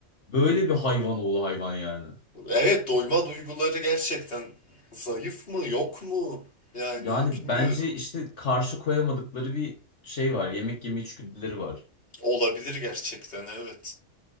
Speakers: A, on the left; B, on the left.
A: böyle bir hayvan oğlu hayvan yani.
B: Evet doyma duyguları gerçekten zayıf mı yok mu? Yani
A: Yani
B: bilmiyorum.
A: bence işte karşı koyamadıkları bir şey var. Yemek yeme içgüdüleri var.
B: Olabilir gerçekten evet.